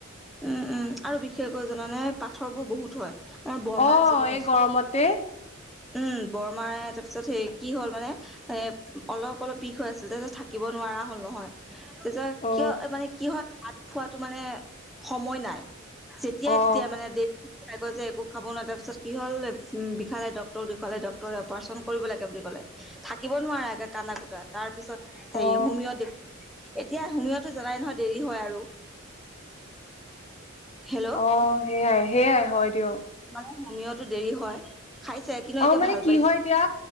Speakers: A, in the centre; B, on the left (about 30°).
A: উম উম আৰু বিশেষকৈ জানানে পাথৰবোৰ বহুত হয় আমাৰ বৰমা
B: অ
A: এজনীৰ
B: এই
A: ওচৰ-
B: গৰমতে
A: উম। বৰমায়ে তাৰপিছত সেই কি হ'ল মানে এ অলপ অলপ বিষ হৈ আছিল। তাৰপিছত থাকিব নোৱাৰা হ'ল। নহয় তেতিয়া
B: অ
A: কিয় হয় মানে কি হয় ভাত খোৱাটো মানে সময় নাই। যেতিয়াই
B: অ
A: তেতিয়া মানে দে <unintelligible> একো খাব নোৱাৰ। তাৰপিছত কি হ'ল উ বিষালে দক ডক্টৰক দেখোৱালে ডক্টৰে অপাৰেচন কৰিব লগে বুলি কলে থাকিব নোৱাৰে কান্দা কোতাত তাৰ পিছত
B: অ
A: সেই হুমি দেখ- এতিয়া হুমিতো জাই নহয় দেৰি হয় আৰু। হেল্ল'
B: অ সেইয়াই সেইয়াই হয় দিয়ক।
A: তম সমিয়তো দেৰি হয়। খাইছে কিন্তু এতিয়া
B: অ মানে
A: ভাল
B: কি
A: পাইছে
B: হয় এতিয়া